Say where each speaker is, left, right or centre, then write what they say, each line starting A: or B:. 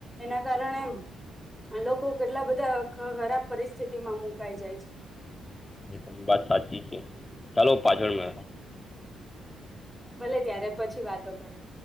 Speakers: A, in the centre; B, on the left.
A: એના કારણે લોકો કેટલા બધા ખરાબ પરિસ્થિતિમાં મુકાઈ જાય છે
B: એ વાત સાચી છે ચાલો પાછળ મે
A: ભલે ત્યારે પછી વાતો કરીે